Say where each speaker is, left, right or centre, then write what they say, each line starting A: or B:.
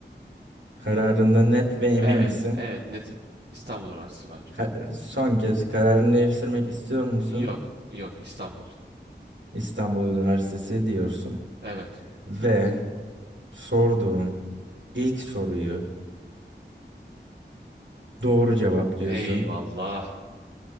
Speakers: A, on the right; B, on the right.
A: Kararında net ve emin
B: Evet,
A: misin?
B: evet netim. İstanbul Üniversitesi bence.
A: Ka- son kez kararını değiştirmek istiyor musun?
B: Yok, yok İstanbul.
A: İstanbul Üniversitesi diyorsun.
B: Evet.
A: Ve sorduğum ilk soruyu doğru cevaplıyorsun.
B: Eyvallah.